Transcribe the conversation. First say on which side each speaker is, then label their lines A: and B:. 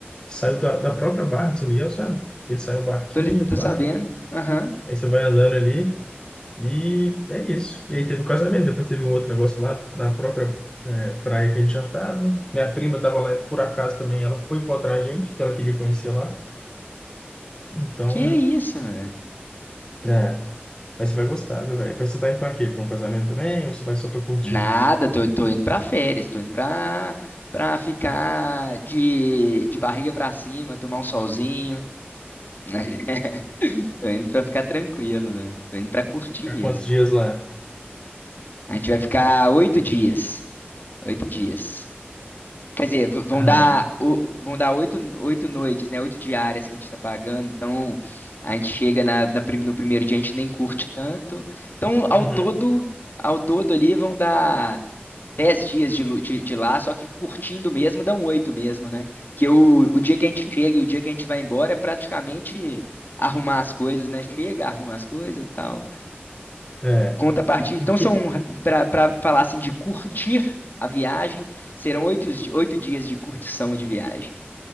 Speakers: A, on the left; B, on the left.
A: Saiu da, da própria Barra de São Miguel, sabe? Ele saiu um barquinho,
B: Tô, li- tô
A: pá,
B: sabendo. Aham.
A: aí você vai andando ali e é isso. E aí teve o casamento, depois teve um outro negócio lá na própria é, praia que a gente já tava. Minha prima tava lá, por acaso também, ela foi encontrar a gente, porque ela queria conhecer lá. Então,
B: Que isso, mano?
A: é, mas você vai gostar, viu, velho? Mas você tá indo pra quê? Pra um casamento também? Ou você vai só pra curtir?
B: Nada, tô, tô indo pra férias, tô indo pra, pra ficar de, de barriga pra cima, tomar um solzinho. <laughs> Tô indo pra ficar tranquilo, velho. Tô indo pra curtir
A: Ficar
B: mesmo.
A: quantos dias lá?
B: A gente vai ficar oito dias. Oito dias. Quer dizer, v- vão
A: Ah, não.
B: dar, o- vão dar oito, oito noites, né? Oito diárias que a gente está pagando. Então, a gente chega na, na prim- no primeiro dia, a gente nem curte tanto. Então,
A: Uhum.
B: ao todo, ao todo ali vão dar dez dias de, lu- de, de lá, só que curtindo mesmo, dão oito mesmo, né? Porque o, o dia que a gente chega e o dia que a gente vai embora é praticamente arrumar as coisas, né? Chega, arruma as coisas e tal
A: É.
B: Contrapartida.
A: O
B: Então,
A: que...
B: são, para falar assim, de curtir a viagem, serão oito, di- oito dias de curtição de viagem.